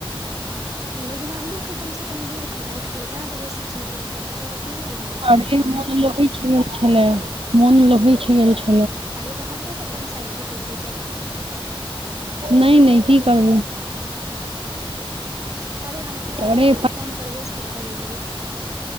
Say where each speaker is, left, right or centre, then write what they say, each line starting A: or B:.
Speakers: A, on the right; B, on the right.
A: ह लेकिन अल्लूके कमसँ कम गुरि कऽ राखि लेते तऽ बेसी ठीक रहहितौ नहि तऽ अथी नहि भऽ जेतै
B: अरे मन लहछि गेल छले मन लहछि गेल छल
A: पहिले तऽ हमरो पर दमशाइत हेबही तु त
B: नहि नहि की करबै
A: अरे हम की करियै
B: अरे
A: फोन पर व्यस्त भऽ गेलियै